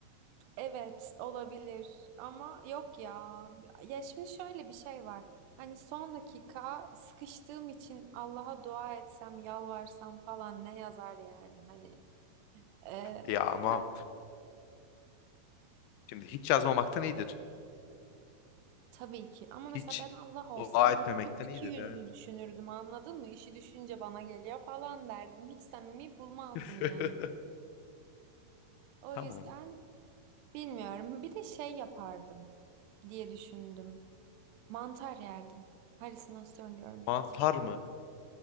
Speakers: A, on the right; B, on the left.
A: evet olabilir ama yok ya. Ya şimdi şöyle bir şey var. Hani son dakika sıkıştığım için Allah'a dua etsem, yalvarsam falan ne yazar yani hani. Eee,
B: Ya ama
A: ben
B: şimdi hiç yazmamaktan iyidir.
A: Tabii ki ama
B: Hiç
A: mesela ben Allah olsam
B: dua etmemekten
A: bunu çok iki
B: iyidir
A: yüzlü
B: evet.
A: düşünürdüm anladın mı? İşi düşünce bana geliyor falan derdim. Hiç samimi bulmazdım
B: <laughs>
A: yani. O
B: Tamam.
A: yüzden bilmiyorum. Bir de şey yapardım diye düşündüm. Mantar yerdim. Halüsinasyon görmek
B: Mantar
A: için.
B: mı?